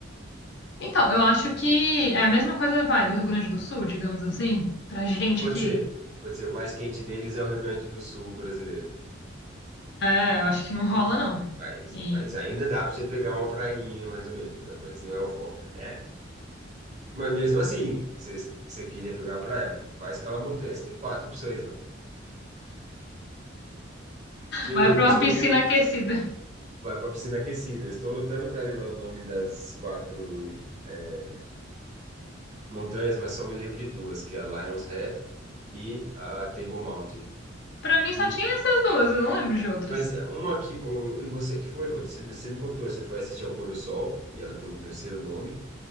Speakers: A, on the left; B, on the right.
A: Então, eu acho que é a mesma coisa, vai, do Rio Grande do Sul, digamos assim, pra gente
B: Pode
A: aqui.
B: ser, pode ser. O mais quente deles é o Rio Grande do Sul brasileiro.
A: É, eu acho que não rola,
B: Uhum.
A: não.
B: Mas,
A: E
B: mas ainda dá para você pegar uma prainha, mais ou menos, né? Mas não é o foco. É. Mas mesmo assim, você, você queria pegar uma praia, vai escalar montanha. Você tem quatro opções lá. Que eu,
A: vai pra
B: eu
A: uma
B: estou.
A: piscina
B: lu-
A: aquecida.
B: Vai para piscina aquecida. Eu estou lutando para lembrar o nome das quatro. é, montanhas, mas só me lembro de duas, que é a Lion's Head e a Table Mountain.
A: Pra mim
B: E
A: só tinha essas duas, eu não lembro de outras.
B: mas é uma aqui um, e você que foi, quando você, me- você me contou, você foi assistir ao pôr do sol e ela tem um terceiro nome,